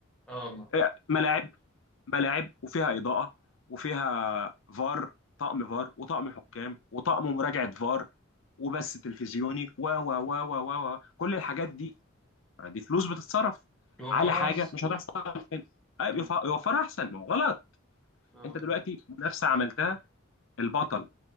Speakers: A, in the centre; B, on the left (about 70°).
A: اه والله
B: إيه، ملاعب ملاعب وفيها اضاءه وفيها فار طقم فار وطقم حكام وطقم مراجعه فار وبث تلفزيوني و و و و و و كل الحاجات دي دي فلوس بتتصرف
A: يوفروا
B: على حاجه
A: أحسن
B: مش هتحصل تاني. أيوة،
A: امم
B: يوفرها احسن ما هو غلط
A: اه
B: انت
A: والله
B: دلوقتي منافسه عملتها البطل